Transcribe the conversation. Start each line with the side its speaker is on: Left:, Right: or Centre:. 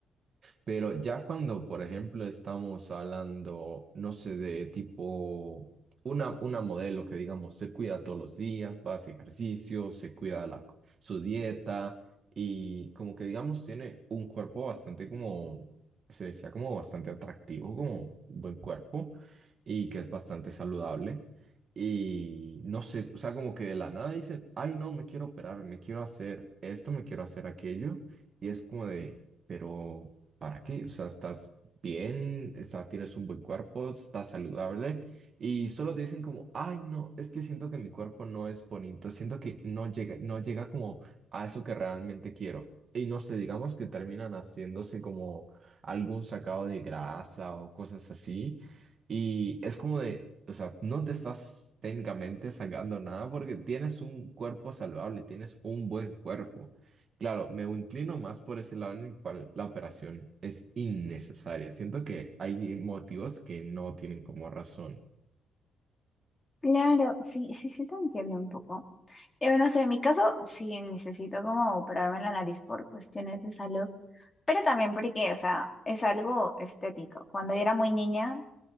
Right: Pero ya cuando, por ejemplo, estamos hablando, no sé, de tipo una, una modelo que digamos se cuida todos los días, va a hacer ejercicio, se cuida la, su dieta y como que digamos tiene un cuerpo bastante como, se decía como bastante atractivo, como buen cuerpo y que es bastante saludable. Y no sé, o sea, como que de la nada dicen, ay, no, me quiero operar, me quiero hacer esto, me quiero hacer aquello. Y es como de, pero... ¿para qué? O sea, estás bien, está- tienes un buen cuerpo, estás saludable y solo te dicen como, ay, no, es que siento que mi cuerpo no es bonito, siento que no llega, no llega como a eso que realmente quiero. Y no sé, digamos que terminan haciéndose como algún sacado de grasa o cosas así. Y es como de, o sea, no te estás técnicamente sacando nada porque tienes un cuerpo saludable, tienes un buen cuerpo. Claro, me inclino más por ese lado en el cual la operación es innecesaria. Siento que hay motivos que no tienen como razón.
Left: claro, sí, sí, sí te entiendo un poco. Yo no sé, en mi caso sí necesito como operarme la nariz por cuestiones de salud, pero también porque, o sea, es algo estético. Cuando yo era muy niña,